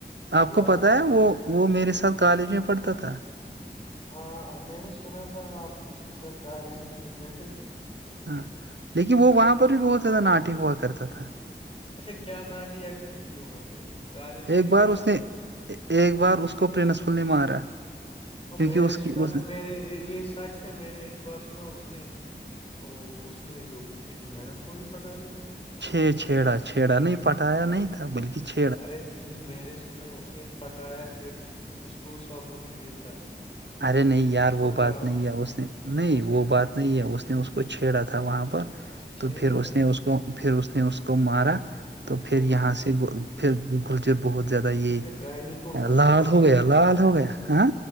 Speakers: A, on the right; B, on the left.
A: آپ
B: وہ
A: کو
B: آج
A: پتہ ہے وہ وہ میرے ساتھ کالج میں پڑھتا تھا
B: ہاں میں نے سنا تھا آپ اس کے ساتھ کالج میں پڑھتے تھے
A: ہاں لیکن وہ وہاں پر بھی بہت زیادہ ناٹے ہوا کرتا تھا
B: اچھا کیا ناٹی ایکشن کی وہاں پہ کالج میں
A: ایک
B: بھی
A: بار
B: کر
A: اس نے ایک بار اس کو پرنسپل نے مارا کیونکہ
B: میں
A: اس
B: نے سنا
A: کی اس
B: میں نے یہ سچ اچھا میں نے ایک بار سنا اس نے ا اس نے ایک میڈم کو ہی پٹا لی تھی۔
A: چھے چھیڑا چھیڑا نہیں پٹایا نہیں تھا بلکہ چھ
B: ارے نہیں میں نے سنا اس نے پٹایا پھر اس کو سبوں نے دیکھا
A: ارے نہیں
B: پھر
A: یار
B: اس
A: وہ
B: کو
A: بات
B: پرہان
A: نہیں ہے اس نے نہیں
B: اچھا
A: وہ بات نہیں
B: پھر-
A: ہے اس نے اس کو چھیڑا تھا وہاں پر
B: اچھا
A: تو
B: چھیڑا
A: پھر اس نے اس کو پھر اس نے اس کو مارا تو
B: او
A: پھر
B: ہو
A: یہاں سے پھر کلچر بہت زیادہ یہ
B: اچھا گائنی کو ہرٹ
A: لال
B: ہوا اس
A: ہو گیا
B: ٹائم
A: لال ہو گیا ہاں